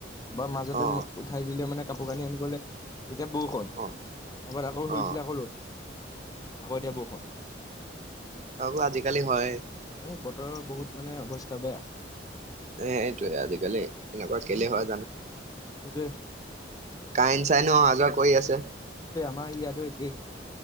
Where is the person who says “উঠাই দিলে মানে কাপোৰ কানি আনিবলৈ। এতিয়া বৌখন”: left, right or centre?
Left